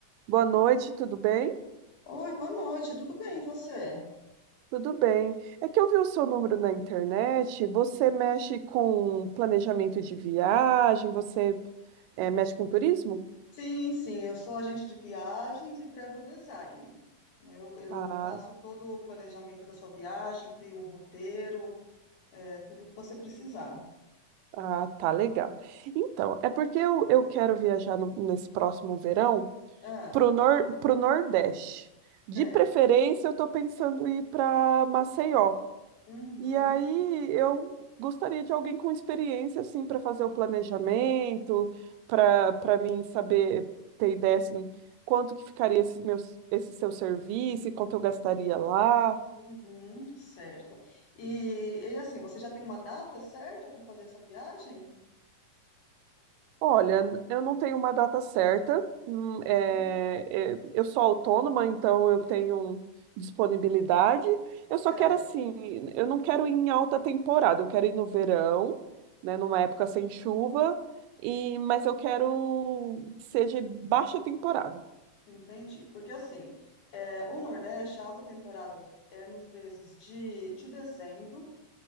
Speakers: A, on the right; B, on the left.
A: Boa noite, tudo bem?
B: Oi, boa noite, tudo bem, e você?
A: Tudo bem. É que eu vi o seu número na internet. Você mexe com planejamento de viagem? Você eh, mexe com turismo?
B: Sim, sim, eu sou agente de viagens e travel design. Eu, eu
A: Ah,
B: faço todo o planejamento da sua viagem, crio o roteiro, é, tudo o que você precisar.
A: ah, tá legal. Então, é porque eu, eu quero viajar no- nesse próximo verão
B: Ah,
A: pro, nor, pro Nordeste. De
B: certo.
A: preferência, eu tô pensando em ir para Maceió.
B: Uhum,
A: E aí eu gostaria de alguém com experiência assim para fazer o planejamento, para para mim saber ter ideia assim quanto que ficaria esse meu esse seu serviço, e quanto eu gastaria lá.
B: uhum, certo. E, e assim, você já tem uma data certa para fazer essa viagem?
A: Olha, eu não tenho uma data certa. Hum,
B: Uhum,
A: é, é, eu sou autônoma, então eu tenho disponibilidade. Eu só
B: certo,
A: quero assim, eu não quero ir em alta temporada, eu quero ir no verão, né, numa época sem chuva, e mas eu quero que seja baixa temporada.
B: entendi. Porque assim, é, o Nordeste, a alta temporada é nos meses de, de dezembro